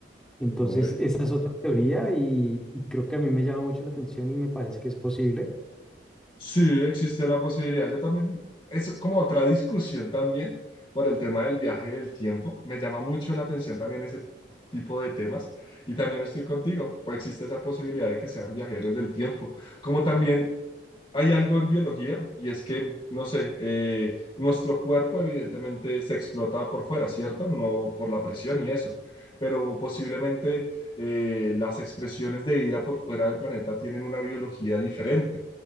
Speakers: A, in the centre; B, on the left.
A: Entonces,
B: Uy.
A: esa es otra teoría y, y creo que a mí me llama mucho la atención y me parece que es posible.
B: Sí, existe la posibilidad. Yo también, es como otra discusión también por el tema del viaje del tiempo. Me llama mucho la atención también ese tipo de temas. Y también estoy contigo, pues existe esa posibilidad de que sean viajeros del tiempo. Como también hay algo en biología y es que, no sé, eh, nuestro cuerpo evidentemente se explota por fuera, ¿cierto? No por la presión y eso. Pero posiblemente eh, las expresiones de vida por fuera del planeta tienen una biología diferente.